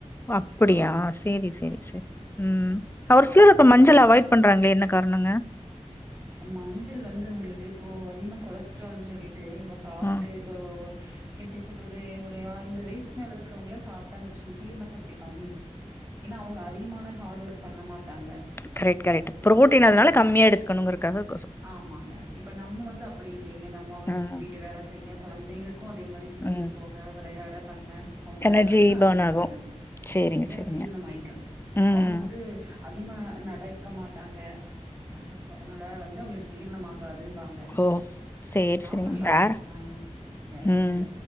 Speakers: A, on the left (about 20°); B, on the right (about 25°).
A: அப்படியா செரி செரி செரி ம் ஒரு சில ப மஞ்சள அவாய்ட் பண்றாங்களே என்ன காரணங்க
B: மஞ்சள் வந்து உங்களுக்கு இப்போ அதிகமா கொலஸ்ட்ரால் சொல்லிட் டு இப்போ ஹார்ட்டு
A: ம்
B: இப்போ எப்டி சொல்றது ஒரு ஐம்பது வயசக்கு மேல இருக்கிறவங்கள சாப்ட்டா வெச்சுக்கோ ஜீரணசக்தி கம்மி ஏன்னா அவங்க அதிகமான ஹார்ட் ஒர்க் பண்ண மாட்டாங்க
A: கரெக்ட் கரெக்ட்
B: புரிஞ்சுதுங்களா?
A: புரோட்டீன் அதனால
B: இப்
A: கம்மியா எடுத்துக்கணுங்குறதுக்காக
B: ஆமாங்க இப்ப நம்ம வந்து அப்டி இல்லைங்க நம்மோ
A: ம்
B: வீட்டு வேல செய்ய கொழந்தைகளுக்கோ அதேமாரி ஸ்கூலுக்கு
A: ம்
B: போக விளையாட பண்ண அவங்க விளையாடுறாங்களா
A: எனர்ஜி பர்ன்
B: அது முடிச்சிறாங்க
A: ஆகு சேரிங்க
B: ஏ
A: சேரிங்க
B: ஜீரணம் ஆய்க்கும்
A: ம்
B: அவுங்க வந்து அதிகமாக நடக்க மாட்டாங்க அப்போ அதனால வந்து அவங்களுக்கு ஜீரணமாகாதுன்னுபாங் ங்க
A: ஓ சேரி
B: சாப்பல்லா
A: சேரிங்க வேற
B: ஆனா வேறு
A: ம்.
B: ஒன்னு இல்ல